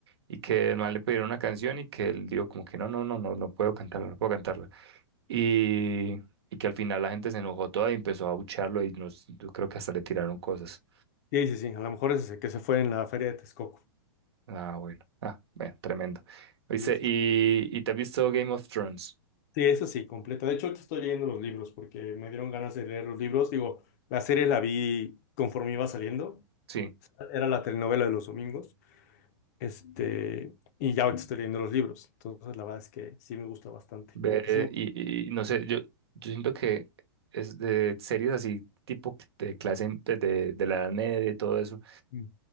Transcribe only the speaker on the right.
y que no le pidieron una canción y que él dijo como que no, no, no, no, no puedo cantarla, no puedo cantarla. Y, y que al final la gente se enojó toda y empezó a abuchearlo y nos, yo creo que hasta le tiraron cosas.
Ah, bueno. Ah, bueno, tremendo. Dice
¿y,
y te has visto Game of Thrones?
Sí.
Ve,
y, y no sé, yo, yo siento que es de series así, tipo de clase de, de, de la Edad Media y todo eso,